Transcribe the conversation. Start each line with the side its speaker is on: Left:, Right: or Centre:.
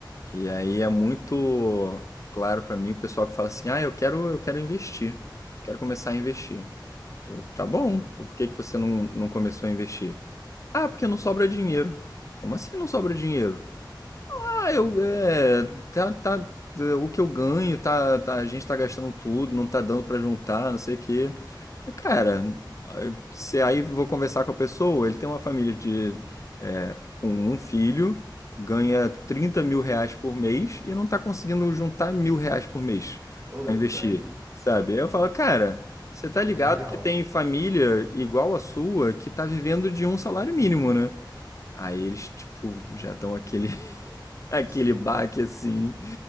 Left: E aí
Right: Sim.
Left: é muito claro pra mim o pessoal que fala assim: "Ah, eu quero, eu quero investir. Quero começar a investir". Eu, tá bom. Por que que você não, não começou a investir? Ah, porque não sobra dinheiro. Como assim não sobra dinheiro? Ah, eu é, tá, tá, o que eu ganho tá, tá- a gente tá gastando tudo, não tá dando pra juntar, não sei o quê. Cara, se aí vou conversar com a pessoa, ele tem uma família de é, com um filho, ganha trinta mil reais por mês e não tá conseguindo juntar mil reais por mês
Right: Ô, louco,
Left: pra investir,
Right: aí
Left: sabe? Aí eu falo, cara, você tá
Right: é
Left: ligado
Right: meio real.
Left: que tem família igual a sua que tá vivendo de um salário mínimo, né? Aí eles, tipo, já dão aquele, Aquele
Right: Sim,
Left: baque assim,